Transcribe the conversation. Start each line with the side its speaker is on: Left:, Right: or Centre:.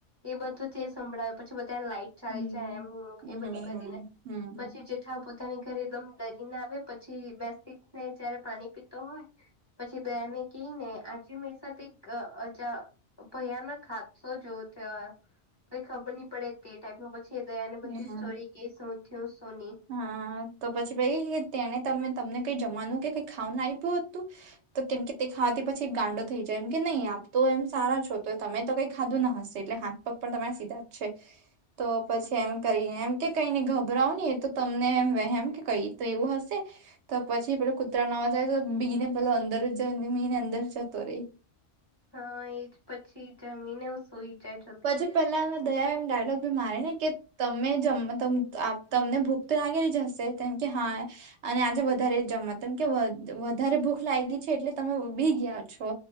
Left: એ બધું તે સંભળાવે પછી બધાન લાઈટ ચાલી
Right: હમ
Left: જાય એમ
Right: હમ
Left: એ બધું કરીને.
Right: હમ હમ
Left: પછી જે હાવ પોતાની ઘરે એકદમ ડરીને આવે પછી બેસીને જયારે પાણી પીતો હોય પછી દયાને કેયને આજે મેરી સાથ એક અજા ભયાનક હાદ શો જો થયો. કઈ ખબર ની પડે તે ટાઈપનું પછી દયાને તે બધી
Right: હા
Left: સ્ટોરી કે શું થ્યું શું ની.
Right: હા, તો પછી પેઈ તેણે તમે તમને કઈ જમવાનું કે કઈ ખાવાનું આયપું હતું? તો કેમ કે તે ખાવાથી પછી એ ગાંડો થઈ જાય એમ કે નહી આપ તો એમ સારા છો તો તમે તો કઈ ખાધું ના હશે એટલે હાથ પગ પણ તમારા સીધા જ છે. તો પછી એમ કરીને એમ કે કઈ ની ગભરાવ ની એ તો તમને એમ વહેમ કે કઈ તો એવું હશે. તો પછી પેલો કૂતરાનો અવાજ આવે તો બી ને પેલો અંદર જ મી ને અંદર જતો રેય
Left: હા એ જ પછી જમીને હું સુઈ જાય જલ્દી
Right: પછી પેલાને દયા એમ ડાયલોગ બી મારે ને કે તમને જમ તમને આપ તમને ભૂખ તો લાગેલી જ હશે. તો એમ કે હા અને આજે વધારે જમા તો એમ કે વ-વધારે ભૂખ લાગી છે એટલે તમે બી ગ્યા છો.